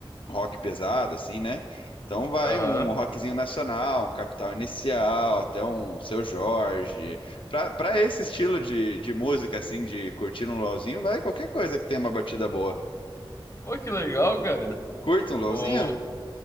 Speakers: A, on the left; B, on the left.
A: rock pesado, assim, né? Então vai
B: Aham.
A: um rockzinho nacional, um Capital Inicial, até um Seu Jorge. Pra, pra esse estilo de, de música, assim, de curtir um LOLzinho, vai qualquer coisa que tenha uma batida boa.
B: Pô, que legal, cara.
A: Curta um LOLzinho?
B: Ô,